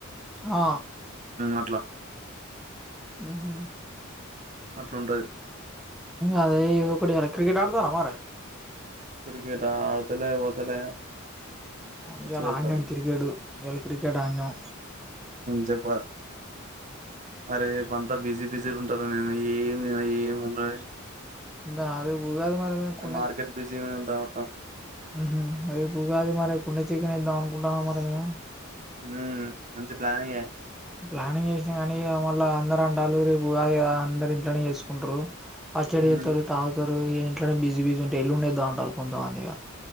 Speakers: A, in the centre; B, on the right (about 35°).
A: ఆ
B: అట్లా
A: హ్మ్ హు
B: అట్లుండది
A: అదే ఏదోఒకటి చేయాలి క్రికెట్ ఆడత మరి
B: క్రీకెట్ ఆ ఆడతలే పోతలే పిచ్చిలెత్తాంది.
A: ఇలా ఆడినం క్రికెట్ ఇలా క్రికెట్ అడీనం
B: చెప్ప అరే రేపంత బిజీ బిజీలు ఉంటారా నేను ఏమి ఏమి ఉన్నా
A: అందా అర ఉగాదు మరమ కొండ
B: మార్కెట్ బిజీ ఉంటా మొత్తం
A: <unintelligible> రేపుగాది మరి కుండ చికెన్ వద్దాం అనుకుంటాన్నా మరి మేము
B: హ్మ్ మంచి ప్లానింగే
A: ప్లానింగ్ చేసినా కానీ మళ్ళా అందర అ రేపు అందరు ఇంట్లోనే చేసుకుంటారు పచ్చడి
B: హ్మ్
A: చేస్తారు తాగుతారు ఇక్కడ బిజి బిజ ఉంటే ఎల్లుండి ఎధాం కొంత మంది ఇగ